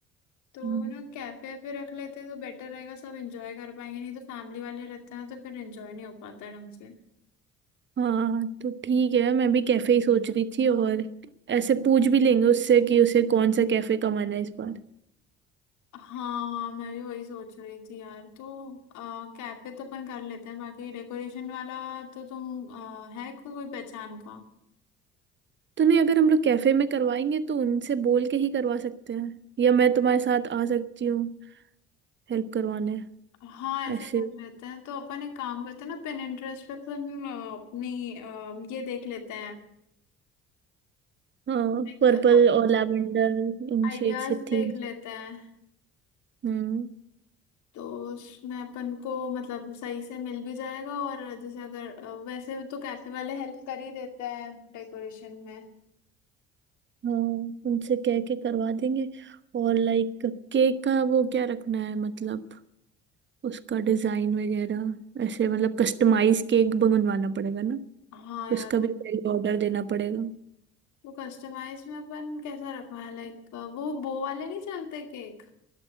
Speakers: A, on the left; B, on the right.
A: तो
B: हम्म,
A: ना कैफे पे रख लेते हैं तो बेटर रहेगा सब एंजॉय कर पाएंगे नहीं तो फैमिली वाले रहते हैं ना तो फिर एंजॉय नहीं हो पाता है ढंग से
B: हाँ तो ठीक है मैं भी कैफे ही सोच रही थी और ऐसे पूछ भी लेंगे उससे कि उसे कौन सा कैफे का मन है इस बार
A: हाँ मैं भी वही सोच रही थी यार तो कैफे तो अपन कर लेते हैं बाकी डेकोरेशन वाला तो तुम अ, है को- कोई पहचान का
B: तो नहीं अगर हम लोग कैफे में करवाएंगे तो उनसे बोल के ही करवा सकते हैं या मैं तुम्हारे साथ आ सकती हूँ हेल्प करवाने
A: हाँ
B: ऐसे
A: ऐसा कर लेते हैं तो अपन एक काम करते हैं ना पिन इंटरेस्ट पे अपन अ, अपनी अ, ये देख लेते
B: हाँ
A: हैं
B: पर्पल और लैवेंडर इन
A: आइडियाज
B: शेड से
A: देख
B: थीम
A: लेते हैं
B: हम्म
A: तो उसमें अपन को मतलब सही से मिल भी जाएगा और जैसे अगर अ, वैसे तो कैफे वाले हेल्प कर ही देते हैं डेकोरेशन में
B: हाँ उनसे कह के करवा देंगे और लाइक केक का वो क्या रखना है मतलब उसका डिजाइन वगैरह ऐसे मतलब कस्टमाइज केक बनवाना पड़ेगा ना
A: हाँ यार
B: उसका
A: वो
B: भी पहले ऑर्डर देना पड़ेगा
A: तो कस्टमाइज में अपन कैसा रखवाएं लाइक वो बो वाले नहीं चलते केक